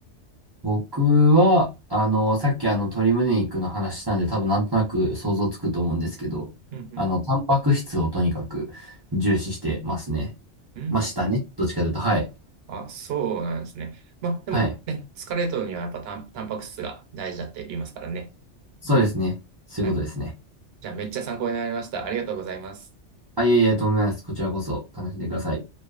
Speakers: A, on the right; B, on the right.
A: 僕は、あの、さっきあの、鶏胸肉の話したんで、多分なんとなく想像つくと思うんですけど、
B: うんうん。
A: あの、タンパク質をとにかく重視してますね。
B: うん。
A: ましたね。どっちかというと、はい。
B: あ、そうなんですね。まあ、でもね、
A: はい。
B: 疲れるのにはやっぱタン、タンパク質が大事だって言いますからね。
A: そうですね。そういうことですね。
B: はい。じゃあめっちゃ参考になりました。ありがとうございます。
A: あ、いえいえ、とんでもないです。こちらこそ楽しんでください。